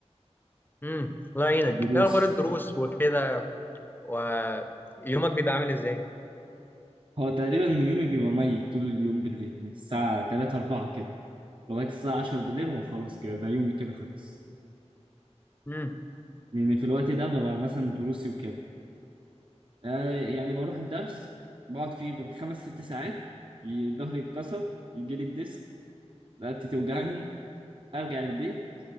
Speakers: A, on the left; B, on the right.
A: امم الله يعينك
B: دروس
A: إيه أخبار الدروس وكده ويومك بيبقى عامل إزاي؟
B: هو تقريبا يومي بيبقى ميت طول اليوم بالليل من الساعة 3 4 كده لغاية الساعة 10 بالليل هو خلاص كده ده يومي كده خلص
A: امم
B: لأن في الوقت ده ببقى مثلا دروسي وكده آه يعني بروح الدرس بقعد فيه بالخمس ست ساعات ي- ظهري يتكسر يجيلي الديسك رقبتي توجعني أرجع البيت